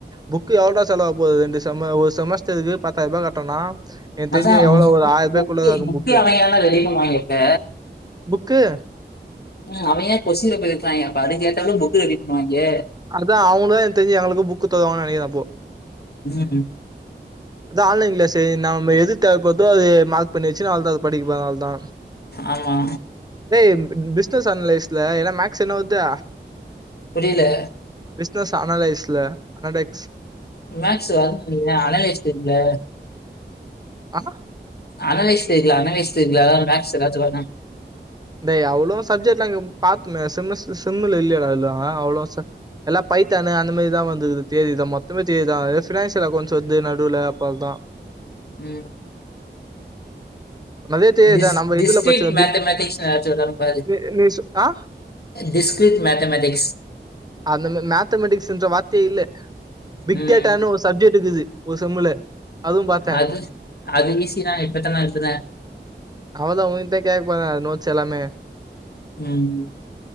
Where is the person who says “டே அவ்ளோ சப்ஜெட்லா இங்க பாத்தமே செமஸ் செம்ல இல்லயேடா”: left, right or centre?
Right